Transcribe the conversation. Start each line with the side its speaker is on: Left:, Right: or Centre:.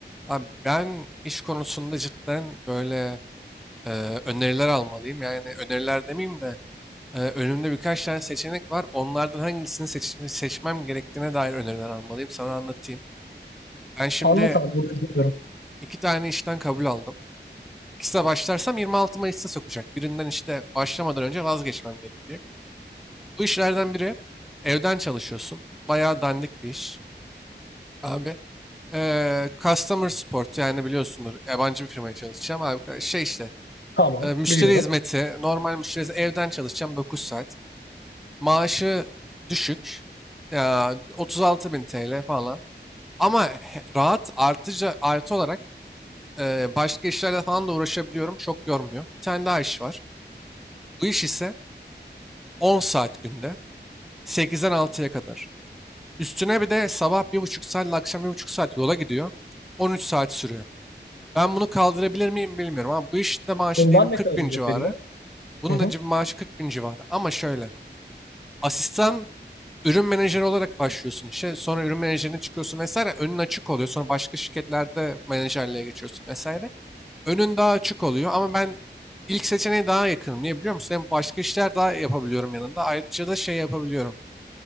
Centre: Abi ben iş konusunda cidden böyle e, öneriler almalıyım. Yani öneriler demeyeyim de e, önümde birkaç tane seçenek var. Onlardan hangisini seç- seçmem gerektiğine dair öneriler almalıyım. Sana anlatayım. Ben şimdi
Left: Anlat abi bunu dinliyorum.
Centre: iki tane işten kabul aldım. İkisine başlarsam 26 Mayıs'ta sokacak. Birinden işte başlamadan önce vazgeçmem gerekecek. Bu işlerden biri evden çalışıyorsun. Bayağı dandik bir iş. Abi e, customer support yani biliyorsundur yabancı bir firmaya çalışacağım. Abi şey işte
Left: Tamam
Centre: E, müşteri
Left: biliyorum.
Centre: hizmeti, normal müşteri hizmeti, evden çalışacağım 9 saat. Maaşı düşük. Ya otuz altı bin TL falan. Ama he- rahat artıca artı olarak e, başka işlerle falan da uğraşabiliyorum. Çok yormuyor. Bir tane daha iş var. Bu iş ise 10 saat günde. sekizden altıya kadar. Üstüne bir de sabah bir buçuk saat ile akşam bir buçuk saat yola gidiyor. on üç saat sürüyor. Ben bunu kaldırabilir miyim bilmiyorum ama bu işte maaşı
Left: Bundan
Centre: diyelim
Left: ne
Centre: kırk
Left: kadar
Centre: bin
Left: ücret
Centre: civarı.
Left: veriyor?
Centre: Bunun
Left: Hı hı.
Centre: da cib- maaşı kırk bin civarı. Ama şöyle. asistan ürün menajeri olarak başlıyorsun işe. Sonra ürün menajerine çıkıyorsun vesaire. Önün açık oluyor. Sonra başka şirketlerde menajerliğe geçiyorsun vesaire. Önün daha açık oluyor ama ben ilk seçeneğe daha yakınım. Niye biliyor musun? Hem başka işler daha yapabiliyorum yanında. Ayrıca da şey yapabiliyorum.